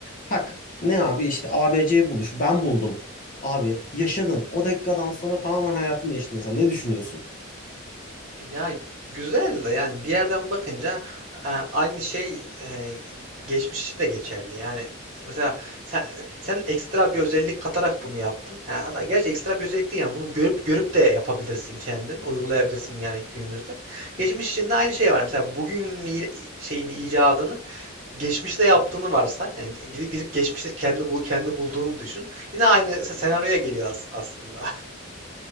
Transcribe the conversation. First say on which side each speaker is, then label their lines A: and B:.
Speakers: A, on the left (about 40°); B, on the right (about 40°).
A: Tak ne abi işte A B ABC buluş ben buldum. Abi yaşadın. O dakikadan sonra tamamen hayatın değişti mesela. Ne düşünüyorsun?
B: Ya güzel de yani bir yerden bakınca e, aynı şey e, geçmiş için de geçerli. Yani mesela sen, sen ekstra bir özellik katarak bunu yaptın. Ha, hatta gerçi ekstra bir özellik değil yani bunu görüp görüp de yapabilirsin kendin, uygulayabilirsin yani günümüzde. Geçmiş için de aynı şey var. Mesela bugünün i- şeyin icadını geçmişte yaptığını varsay. Yani gidip gidip geçmişte kendi bul kendi bulduğunu düşün. Yine aynı se- senaryoya geliyor as- aslında.